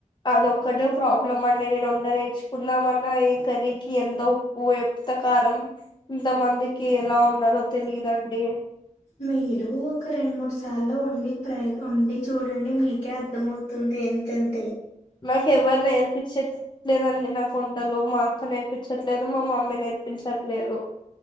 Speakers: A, on the left; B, on the left.
A: అది ఒక్కటె ప్రాబ్లమ్ అండి నేను వంట నేర్చుకున్నామన్నా ఈ కర్రీకి ఎంత ఉప్పు ఎంతకారం ఇంత మందికి ఎలా ఉండాలో తెలియదండి.
B: మీరు ఒక రెండు మూడు సార్లు అలో వండి ట్రై వండి చూడండి మీకే అర్థంమవుతుంది ఎంతంత
A: నాకెవరు లేరు నేర్పించేకి లేదండి నాకు వంటలు మా అక్క నేర్పించట్లేదు మా మమ్మీ నేర్పించట్లేదు